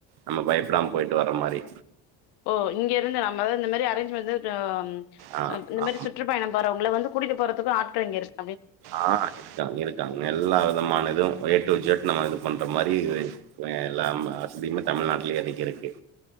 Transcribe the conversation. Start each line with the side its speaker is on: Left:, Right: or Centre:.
Right: நம்ம பயப்படாம போயிட்டு வர மாரி
Left: ஒ இங்கயிருந்த நம்மள இந்த மாரி அரேஞ்ச் வந்து ஆ <unintelligible>
Right: ஆ
Left: இந்த
Right: ஆ
Left: மாரி சுற்றுப்பயண போறவங்கள வந்து கூட்டிட்டு போற புது ஆட்கள் இங்க இருக்
Right: ஆஹ் ருக்காங் இருக்காங் எல்லா விதமான இதும் ஏ டு இஜெட் நம்ம இது பண்ற மாரி இது வ எல்லாம் வஸ்தியுமே தமிழ்நாட்லயே அதிகரிக்கு